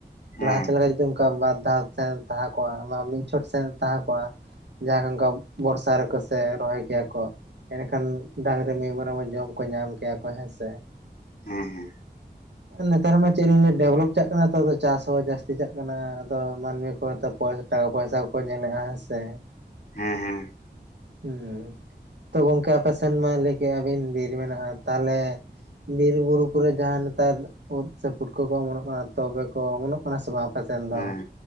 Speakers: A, on the left; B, on the right.
A: ᱦᱮᱸ
B: ᱞᱟᱦᱟᱛᱮ ᱞᱮᱠᱟ ᱡᱩᱫᱤᱢ ᱵᱟᱨ ᱫᱷᱟᱣ ᱥᱮᱱ ᱛᱟᱦᱮᱸ ᱠᱚᱜ-ᱟ ᱢᱤᱫ ᱪᱷᱚᱴ ᱥᱮᱱ ᱛᱟᱦᱮᱸ ᱠᱚᱜ-ᱟ ᱡᱟ ᱚᱱᱠᱟ ᱵᱚᱨᱥᱟ ᱨᱮᱠᱚ ᱥᱮ ᱨᱚᱦᱚᱭ ᱠᱮᱭᱟ ᱠᱚ ᱮᱱᱠᱷᱟᱱ ᱰᱟᱝᱨᱤ ᱢᱤᱦᱩ ᱢᱮᱨᱚᱢ ᱦᱚ ᱡᱚᱢ ᱠᱚ ᱧᱟᱢ ᱠᱮᱭᱟ ᱠᱚ ᱦᱮᱸ ᱥᱮ
A: ᱦᱮᱸ ᱦᱮᱸ
B: ᱱᱮᱛᱟᱨ ᱢᱟ ᱪᱮᱫ ᱤᱧ ᱞᱟᱹᱭᱟ ᱰᱮᱵᱷᱞᱚᱯ ᱪᱟᱜ ᱠᱟᱱᱟ ᱛᱚ ᱟᱫᱚ ᱪᱟᱥ ᱦᱚᱸ ᱡᱟᱹᱥᱛᱤ ᱪᱟᱜ ᱠᱟᱱᱟ ᱟᱫᱚ ᱢᱟᱹᱱᱢᱤ ᱠᱚ ᱴᱟᱠᱟ ᱯᱚᱭᱥᱟ ᱠᱚ ᱧᱮᱞᱮᱜ-ᱟ ᱦᱮᱸ ᱥᱮ
A: ᱦᱮᱸ ᱦᱮᱸ ᱦᱮᱸ
B: ᱦᱮᱸ ᱛᱚ ᱜᱚᱝᱠᱮ ᱟᱯᱮ ᱥᱮᱱ ᱢᱟ ᱞᱟᱹᱭ ᱠᱮᱜ-ᱟ ᱵᱤᱱ ᱵᱤᱨ ᱢᱮᱱᱟᱜ-ᱟ ᱛᱟᱦᱚᱞᱮ ᱵᱤᱨ ᱵᱩᱨᱩ ᱠᱚᱨᱮ ᱡᱟᱦᱟᱸ ᱱᱮᱛᱟᱨ ᱩᱫ ᱥᱮ ᱯᱩᱴᱠᱟᱹ ᱠᱚ ᱚᱢᱚᱱᱚᱜ ᱠᱟᱱᱟ ᱛᱚᱵᱮ ᱠᱚ ᱚᱢᱚᱱᱚᱜ ᱠᱟᱱᱟ ᱥᱮ ᱵᱟᱝ ᱟᱯᱮ ᱥᱮᱱ ᱫᱚ
A: ᱦᱮᱸ